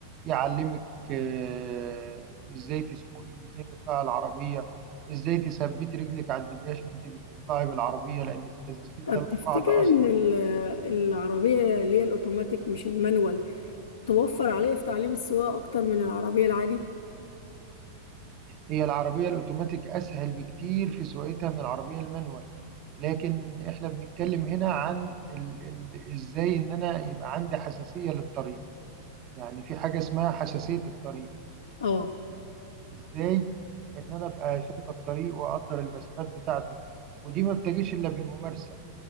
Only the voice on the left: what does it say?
طب
تفتكر
إن ال- العربية اللي هي الأوتوماتيك مش المانوال توفر عليه في تعليم السواقة أكتر من العربية العادي؟
اه